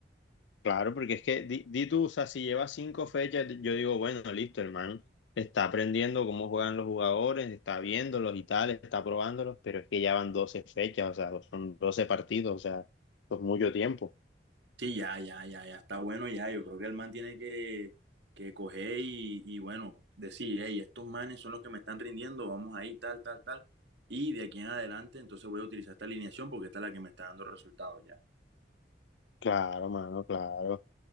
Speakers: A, on the left; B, on the right.
A: Claro, porque es que di, di tú, o sea, si lleva cinco fechas, yo digo, bueno, listo, hermano, está aprendiendo cómo juegan los jugadores, está viéndolos y tal, está probándolos, pero es que ya van 12 fechas, o sea, son 12 partidos, o sea, es mucho tiempo.
B: Sí, ya, ya, ya, ya está bueno ya. Yo creo que el man tiene que, que coger y, y, bueno, decir, hey, estos manes son los que me están rindiendo, vamos ahí, tal, tal, tal. Y de aquí en adelante, entonces voy a utilizar esta alineación porque esta es la que me está dando resultados ya.
A: Claro, mano, claro.